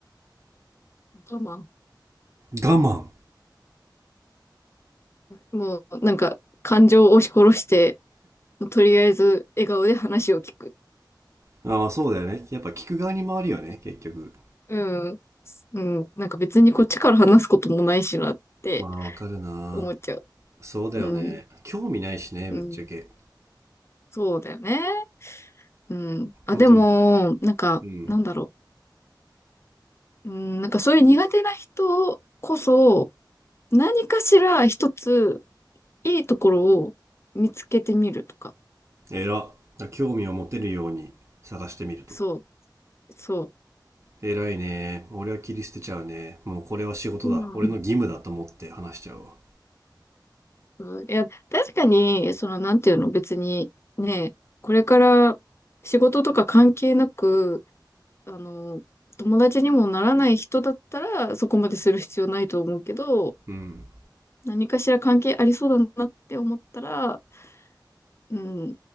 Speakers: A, on the left (about 35°); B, on the right (about 40°).
A: 我慢。
B: 我慢
A: もう、なんか、感情を押し殺して、とりあえず笑顔で話を聞く。
B: あまあそうだよね。やっぱ聞く側に回るよね、
A: うん。
B: 結局。
A: うん。うんなんか別にこっちから話すこともないしなって
B: まあわかるな
A: 思っちゃう。
B: そうだよね。
A: うん。
B: 興味ないしね、
A: うん、
B: ぶっちゃけ。
A: そうだよね。うん。あ、
B: 本当に。
A: でも、なんか、
B: うん。
A: なんだろう。うん、なんかそういう苦手な人こそ、何かしら一ついいところを見つけてみるとか。
B: 偉っ。興味を持てるように探してみると。
A: そう、そ
B: 偉いね。俺は切り捨てちゃうね。もうこれは仕事だ。
A: う。うん。
B: 俺の義務だと思って話しちゃうわ。
A: うんいや、確かに、その、なんていうの、別に、ね、これから仕事とか関係なく、あの、友達にもならない人だったら、そこまでする必要ないと思うけど、
B: うん。
A: 何かしら関係ありそうだなって思ったら、うん。